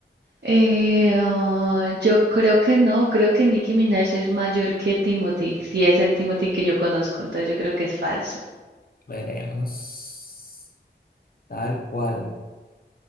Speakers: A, on the right; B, on the left.
A: eh, ah, yo creo que no, creo que Nicki Minaj es mayor que Timothy, si es el Timothy que yo conozco, entonces yo creo que es falso.
B: Veremos. Tal cual.